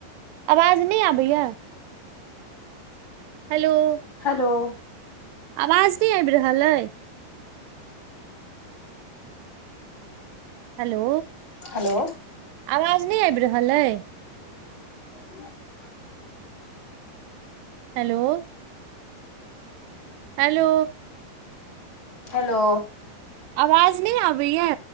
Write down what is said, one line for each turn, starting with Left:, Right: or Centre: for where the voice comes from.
Right: आवाज नहि आबैया? हेलो, ततय
Left: हेलो बात बात
Right: आवाज नहि आबि रहल अइ? हेलो,
Left: हेलो
Right: आवाज नहि आबि रहल अइ
Left: ओ पुण्य <unintelligible>
Right: हेलो हेलो
Left: हेलो
Right: आवाज नहि आबैयै